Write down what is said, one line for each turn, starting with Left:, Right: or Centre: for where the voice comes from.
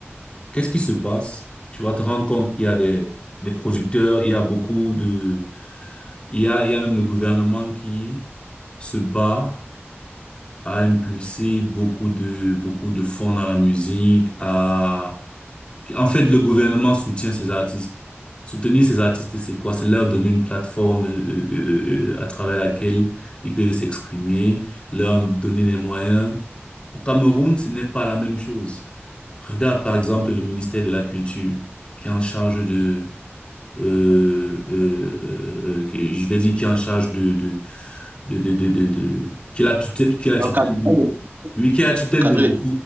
Left: Qu'est-ce qui se passe? Tu vas te rendre compte qu'il y a des, des producteurs, il y a beaucoup de, il y a, il y a même le gouvernement qui se bat à impulser beaucoup de, beaucoup de fonds dans la musique, à en fait, le gouvernement soutient ces artistes. Soutenir ces artistes, c'est quoi? C'est leur donner une plateforme euh, euh, euh, euh, à travers laquelle ils peuvent s'exprimer, leur donner les moyens. Au Cameroun, ce n'est pas la même chose. Regarde par exemple le ministère de la Culture qui est en charge de euh, euh, euh, euh, que je vais dire qui est en charge de de de de de, de, de- qui est la tutelle qui est la
Right: Encadrer
Left: tutelle de,
Right: les-
Left: oui qui est la tutelle
Right: encadrer
Left: de de-
Right: les-